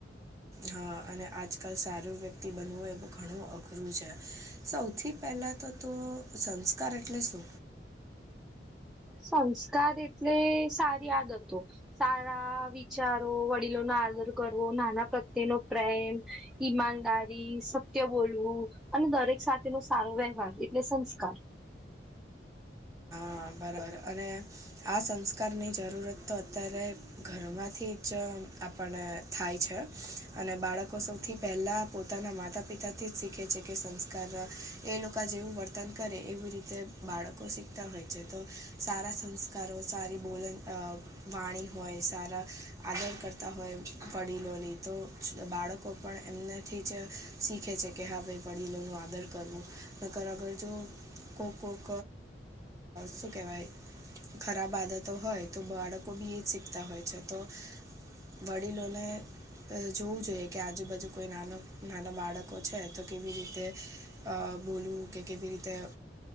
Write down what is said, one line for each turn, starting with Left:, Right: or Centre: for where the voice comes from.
Right: હા અને આજકાલ સારુ વ્યક્તિ બનવું હોય એવ ઘણું અઘરું છે. સૌથી પહેલા તો તો સંસ્કાર એટલે શુ
Centre: સંસ્કાર એટલે સારી આદતો સારા વિચારો વડીલો ન આદર કરવો નાના પ્રત્યે નો પ્રેમ ઈમાનદારી સત્ય બોલવું અને દરેક સાથે ન સાંગ વ્યવહાર એટલે સંસ્કાર
Right: હા બરાબર અને આ સંસ્કારની જરૂરત તો અત્યારે ઘરોમાંથી જ આપણ થાય છે. અને બાળકો સૌથી પહેલા પોતાના માતા પિતાથી જ શીખે છે, કે સંસ્કાર એ લોકો જેવું વર્તન કરે એવી રીતે બાળકો શીખતા હોય. તો સારા સંસ્કારો સારી બોલન વાણી હોય, સારા આદર કરતા હોય. વડીલોની તો બાળકો પણ એમનાથી જ શીખે છે કે હા ભાઈ વડીલોનું આદર ર આગળ જો કો કોક શું કહેવાય ખરાબ આદતો હોય તો બાળકો બી એ જ શીખતા હોય છે, તો વડીલોલે જોવું જોઈએ કે આજુબાજુ કોઈ નાનું નાના બાળકો છે, તો કેવી રીતે બોલવું કે કેવી રીતે